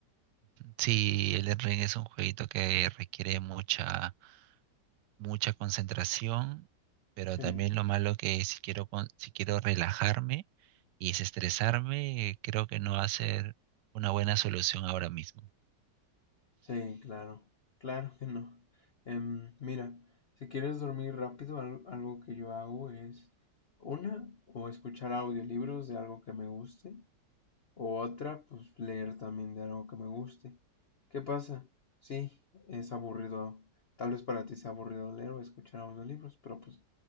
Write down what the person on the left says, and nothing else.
Sí,
sí, claro. Claro que no. Em, mira, si quieres dormir rápido, al- algo que yo hago es una, o escuchar audiolibros de algo que me guste, O otra, pues leer también de algo que me guste. ¿Qué pasa? Sí, es aburrido. Tal vez para ti sea aburrido leer o escuchar audiolibros, pero pues